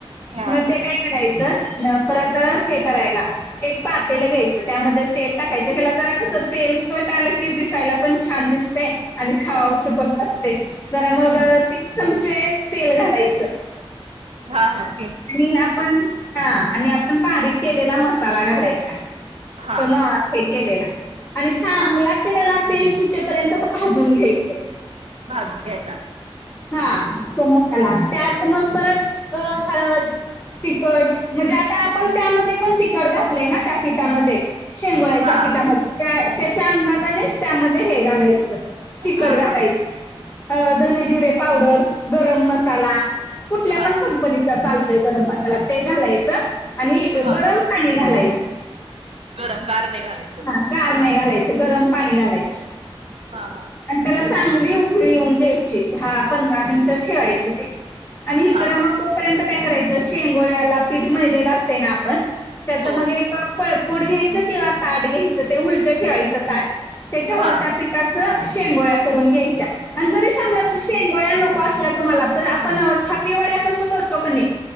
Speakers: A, on the right; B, on the left.
A: हा
B: मंग ते कायं करायचं नं परंत हे करायंला एक तांट एक पाहिलं घ्यायचं त्यांमध्यें तेल टाकायचं हेलां कसं तेल कट आलं कि दिसायलां पणं छान दिसतं. आणि खांवा
A: हम्म
B: असं पणं वाटते जरां मंग
A: हम्म
B: तीनं चमचे तेल घालायचं.
A: हां. हां.
B: आणि आपणं हां आणि आपणं बारीक केलेलां मसांला घालायचां.
A: हा
B: ते नां ते केलेलां आणि चांगला
A: हा
B: केलेलां तेल सुट्टेपर्यंत भाजूंन घ्यायचंय.
A: भाजूंन घ्यांयचां.
B: हां तो मसांला त्यांत मंग परंत हळंद तिखंट म्हंणजे आतां आपणं त्यांमध्यें पणं तिखंट घातलंय नां त्यां पीठांमध्यें शेंगोळ्याच्यां
A: हा
B: पीठांमध्यें त्यां त्यांच्या अंदाजानेचं त्यांमध्यें हे घालायचं तिखंट
A: हा
B: घालायचं.
A: हा
B: अ धने जिरे पावडरं गरमं मसांला कुठल्यां
A: हा
B: पणं कंपनीचां चालतोयं गरमं मसांला ते घालायचं आणि
A: हा
B: गरमं पाणी घालायचं.
A: गरमं गारं नाहीं घालायचं.
B: हां गारं नाहीं घालायचं. गरमं पाणी घालायचं.
A: हां. हां.
B: आणि त्यांला चांगली उकळी येऊनं द्यायची दहा पंधरा मिनिटं ठेवायचं ते. आणि इकडं
A: हा हा
B: मंग तोपर्यंत कायं करायचं शेंगोळ्यांला पीठ मळलेलं असतें नां आपणं त्यांचं
A: हो
B: मंग एक फळकूंट घ्यायचं किंवा तांट घ्यायचं ते उलटं ठेवायचं तांट त्यांच्यावर
A: हा
B: त्यां पीठाचं शेंगोळ्यां करूंन घ्यांयच्यां. आणि जरी सांगा शेंगगोळ्यां नको असल्यां तुम्हांला तरं आपणं थापी वड्यां कसं करतों कां नाहीं